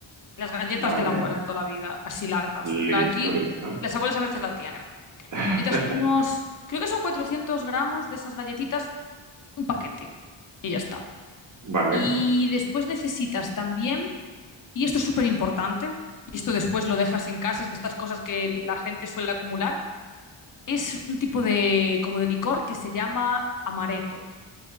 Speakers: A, on the left (about 40°); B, on the right (about 40°).
A: las galletas
B: Vale.
A: de la abuela de toda la vida, así largas.
B: Listo,
A: En plan, aquí
B: listo.
A: las abuelas a veces la tienen.
B: <laughs>
A: Necesitas unos, creo que son 400 gramos de esas galletitas, un paquete, y ya está.
B: Vale.
A: Y después necesitas también, y esto es súper importante, y esto después lo dejas en casa, es de estas cosas que la gente suele acumular, es un tipo de, como de licor que se llama amaretto.